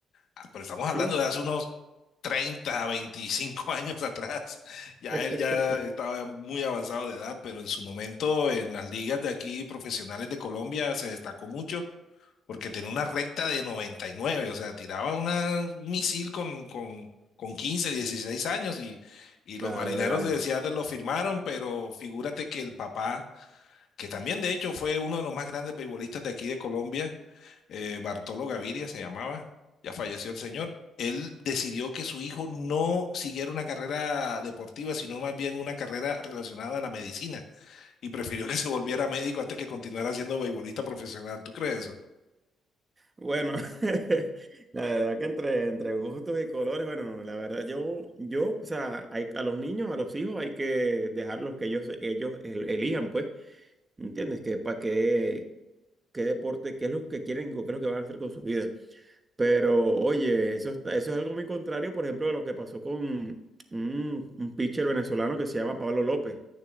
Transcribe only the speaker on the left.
Ah, Pero estamos
hablando de hace unos 30 a 25 <laughs> años atrás. Ya
él ya estaba muy avanzado de edad, pero en su momento en las ligas de aquí profesionales de Colombia se destacó mucho porque tenía una recta de 99, o sea, tiraba una, un misil con, con, con 15, 16 años y, y
los marineros de Seattle lo firmaron, pero figúrate que el papá, que también de hecho fue uno de los más grandes beisbolistas de aquí de Colombia, eh, Bartolo Gaviria se llamaba, ya falleció el señor. Él decidió que su hijo no siguiera una carrera deportiva, sino más bien una carrera relacionada a la medicina, y prefirió que se volviera médico antes que continuara siendo beisbolista profesional. ¿Tú crees eso?